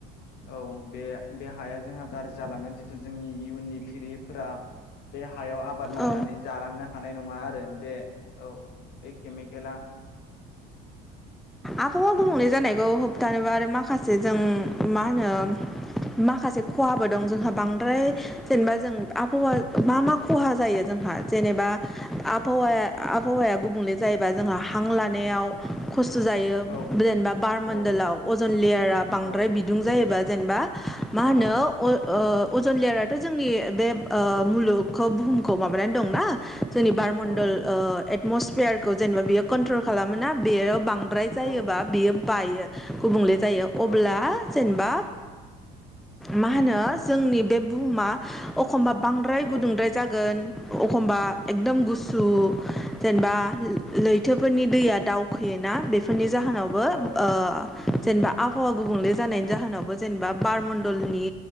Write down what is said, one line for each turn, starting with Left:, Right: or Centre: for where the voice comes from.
Left: औ बे बे हाया जोंहा गाज्रि जालांगोन जिथु जोंनि इयुननि फिरिफोरा बे हायाव आबाद मावनानै
Centre: औ
Left: जालांनो हानाय नङा आरो बे औ बे केमिकेला
Centre: आबहावा गुबुंले जानायखौ होबथानोबा आरो माखासे जों मा होनो माखासे खहाबो दं जोंहा बांद्राय जेनेबा जों आबहावा मा मा ख'हा जायो जों हा जेनेबा आबहावाया आबहावाया गुबुंले जायोबा जोंहा हां लानायाव खस सुजायो
Left: औ
Centre: जेनबा बार
Left: औ
Centre: मन्दोलाव अजन लेयारा बांद्राय
Left: औ
Centre: बिदुं जायोबा जेनेबा मा
Left: औ
Centre: होनो अ ओ अजन लेयाराथ' जोंनि बे ओ मुलुगखौ बुहुमखौ माबानानै दंना जोनि बारमणडल
Left: औ
Centre: ओ एटमसफेयारखौ जेनेबा बियो कन्ट्रल खालामोना बेयो बां द्राय
Left: औ
Centre: जायोबा बियो बायो गुबुंले जायो
Left: औ
Centre: अब्ला जेनबा मा होनो जोंनि बे बुहुमा अखमबा बांद्राय
Left: औ
Centre: गुदुंद्राय जागोन अखमबा एकदम गुसु जेनबा लैथोफोरनि दैया दावखोयोना बेफोरनि जाहोनावबो
Left: औ
Centre: ओ जेनबा आबहावा गुबुंले जानायनि जाहोनावबो जेनेबा बारमण्डलनि